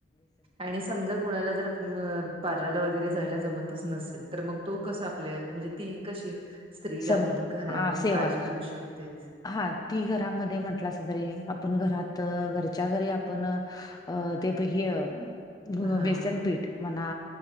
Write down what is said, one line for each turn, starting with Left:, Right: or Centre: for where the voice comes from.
Right: आणि समजा कुणाला जर म पार्लरला वगैरे जायला जमतच नसेल तर मग तो कसा आपल म्हणजे ती कशी स्त्री
Left: सर
Right: आप घरामध्ये
Left: हा सेवा
Right: काळजी घेऊ शकते?
Left: हा ती घरामध्ये म्हटलासा तरी आपण घरात घरच्या घरी आपण अ ते ब हय
Right: हा
Left: बेसनपीठ म्हणा